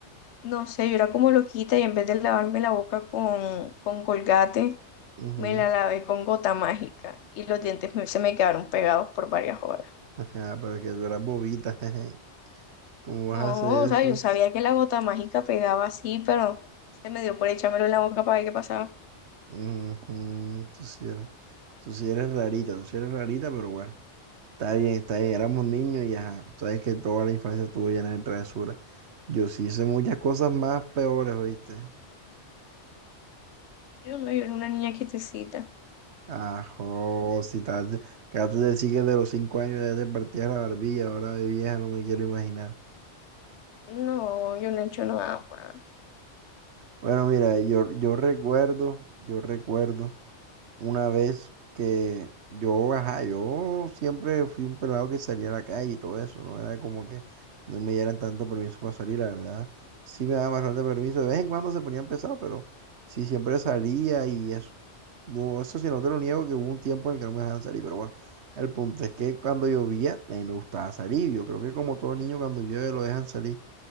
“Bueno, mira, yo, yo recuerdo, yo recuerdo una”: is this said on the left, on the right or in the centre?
Right